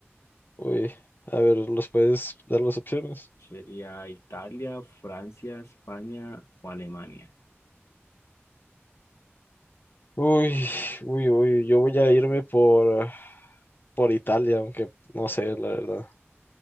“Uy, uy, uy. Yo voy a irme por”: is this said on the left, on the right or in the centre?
Left